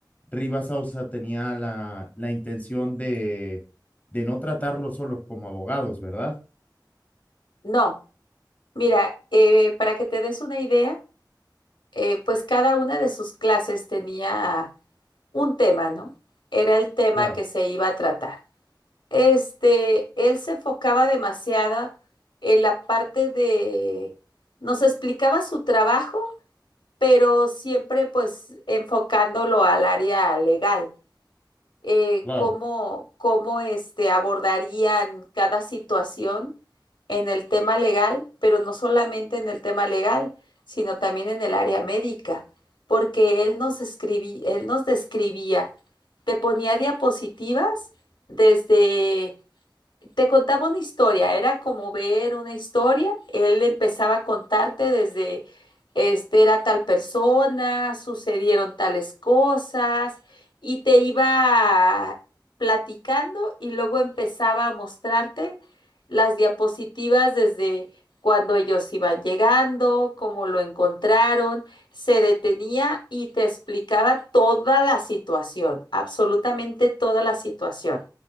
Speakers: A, on the left; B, on the left.
A: Rivas Ausa tenía la, la intención de, de no tratarlo solo como abogados, ¿verdad?
B: No, mira, eh, para que te des una idea, eh, pues cada una de sus clases tenía un tema, ¿no? Era el tema
A: Claro,
B: que se iba a tratar. Este, él se enfocaba demasiado en la parte de, nos explicaba su trabajo, pero siempre pues enfocándolo al área legal. eh,
A: claro.
B: cómo, cómo este, abordarían cada situación en el tema legal, pero no solamente en el tema legal, sino también en el área médica, porque él nos escribí, él nos describía, te ponía diapositivas desde te contaba una historia, era como ver una historia. Él empezaba a contarte desde, este era tal persona, sucedieron tales cosas, y te iba platicando y luego empezaba a mostrarte las diapositivas desde cuando ellos iban llegando, cómo lo encontraron, se detenía y te explicaba toda la situación, absolutamente toda la situación.